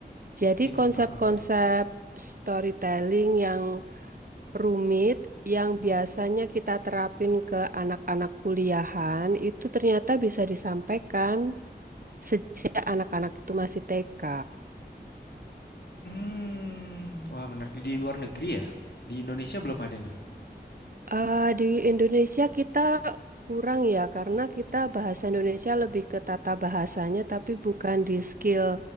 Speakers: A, on the right (about 55°); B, on the left (about 70°).
A: Jadi
B: Wih,
A: konsep-konsep
B: tentang apa tuh?
A: storytelling yang rumit yang biasanya kita terapin ke anak-anak kuliahan itu ternyata bisa disampaikan sejak anak-anak itu masih TK.
B: Hmm. Wah, menarik. Di luar negeri ya? Di Indonesia belum ada nih, Bu.
A: Eh, di Indonesia kita kurang ya, karena kita bahasa Indonesia lebih ke tata bahasanya, tapi bukan di skill